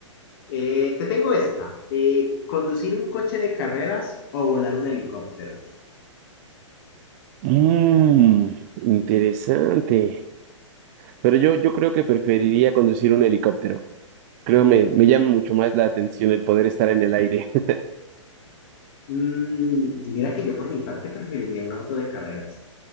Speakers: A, on the left; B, on the right.
A: Eh, te tengo esta. Eh, ¿conducir un coche de carreras o volar un helicóptero?
B: Mmm, interesante. Pero yo, yo creo que preferiría conducir un helicóptero. Creo me, me llama mucho más la atención el poder estar en el aire. <laughs>
A: Mm, mira que yo por mi parte preferiría un auto de carreras.